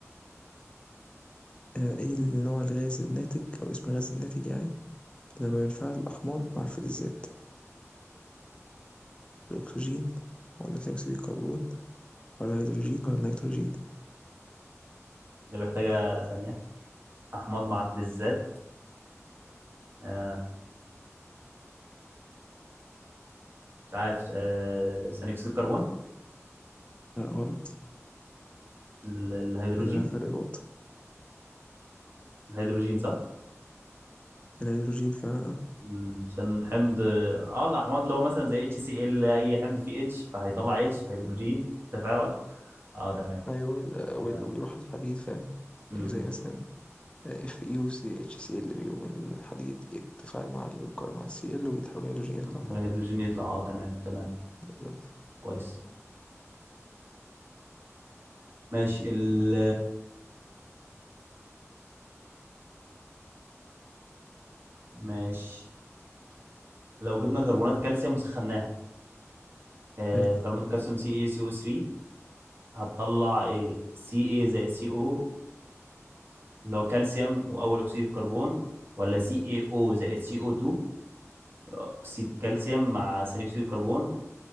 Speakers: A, on the left (about 20°); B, on the right (about 45°).
A: آآ إيه النوع الغاز الناتج أو اسم الغاز الناتج يعني لما بينفعل الأحماض مع الفلزات، الأكسجين والّا ثاني أكسيد الكربون والّا الهيدروجين والّا النيتروجين؟
B: ده محتاجة ثانية أحماض مع فلزات آه مش عارف آه ثاني أكسيد الكربون
A: لأ غلط،
B: ال- الهيدروجين
A: كده أنا فرق نقطة،
B: الهيدروجين صح؟
A: الهيدروجين فعلًا آه،
B: مم، عشان حمض اه الأحماض اللي هو مثلا زي اتش سي ال أي حمض فيه اتش فهيطلع اتش هيدروجين تفاعل اه تمام
A: أيوه وال
B: تمام
A: وال ويروح للحديد فاهم،
B: امم
A: يعني زي مثلًا FeOCHCl بيقوم الحديد يتفاعل مع الك مع الCl ويتحول هيدروجين يطلع
B: والهيدروجين
A: فعلًا،
B: يطلع اه تمام تمام
A: بالضبط
B: كويس ماشي ال ماشي لو جبنا كربونات كالسيوم وسخناها آه،
A: حلو،
B: كربونات الكالسيوم سي اي سي او 3 هتطلع ايه سي اي زائد سي او اللي هو كالسيوم واول اكسيد الكربون ولا سي اي او زائد سي او 2 اكسيد كالسيوم مع ثاني اكسيد الكربون